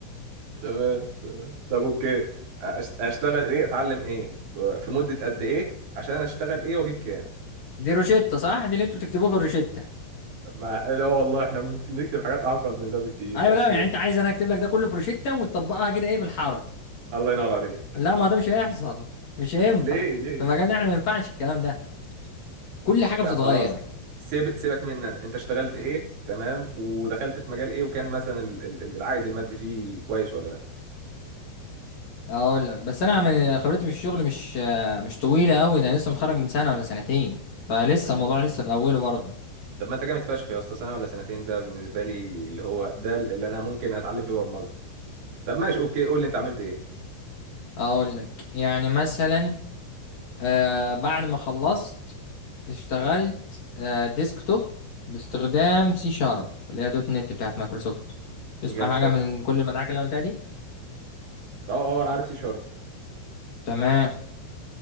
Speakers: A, on the right; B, on the left.
A: تمام تمام طب اوكي أش- اشتغل ايه اتعلم ايه في مده قد ايه عشان اشتغل ايه واجيب كام
B: دي روشته صح دي اللي انتوا بتكتبوه في الروشته
A: ما لا والله احنا بنكتب حاجات اعقد من ده بكتير
B: ايوه
A: بس
B: لا يعني انت عايز انا اكتب لك ده كله في روشته وتطبقها كده ايه بالحرف
A: الله ينور عليك
B: لا ما ده مش هيحصل مش هينفع
A: ليه ليه
B: في مجالنا احنا ما ينفعش الكلام ده كل حاجه
A: طب
B: بتتغير
A: خلاص سيب سيبك مني انا انت اشتغلت ايه تمام ودخلت في مجال ايه وكان مثلا ال- ال- ال- العائد المادي فيه كويس ولا لا
B: اقول لك بس انا من خبرتي في الشغل مش آه، مش طويله قوي ده لسه متخرج من سنه ولا سنتين فلسه
A: لا
B: الموضوع
A: طب
B: لسه في اوله برضه
A: طب ما انت جامد فشخ يا اسطى سنه ولا سنتين ده بالنسبه لي اللي هو ده اللي انا ممكن اتعلم فيه برمجه طب ماشي اوكي قول لي انت عملت ايه
B: اقول لك يعني مثلا آه بعد ما خلصت اشتغلت آه ديسكتوب باستخدام سي شارب اللي هي دوت نت بتاعت مايكروسوفت تسمع
A: جامد
B: حاجه
A: فشخ
B: من كل المدعكه اللي انا قلتها دي
A: اه اه انا عارف سي شارب
B: تمام